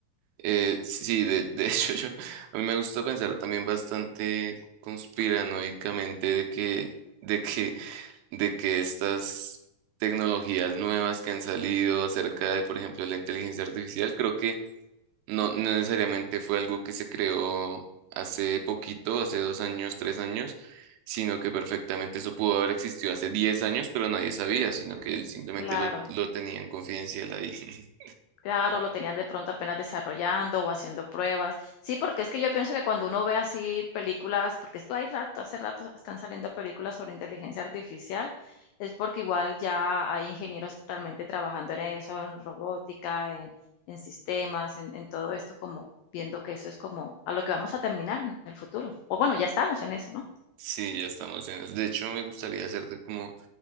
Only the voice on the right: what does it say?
Eh, sí, de, de <laughs> hecho yo, a mí me gusta pensar también bastante conspiranoicamente de que, de que, de que estas tecnologías nuevas que han salido acerca de, por ejemplo, la inteligencia artificial, creo que No, no necesariamente fue algo que se creó hace poquito, hace dos años, tres años, sino que perfectamente eso pudo haber existido hace diez años, pero nadie sabía, sino que él simplemente
lo, lo tenía en confidencial ahí. <laughs>
Sí, ya estamos en eso. De hecho, me gustaría hacerte como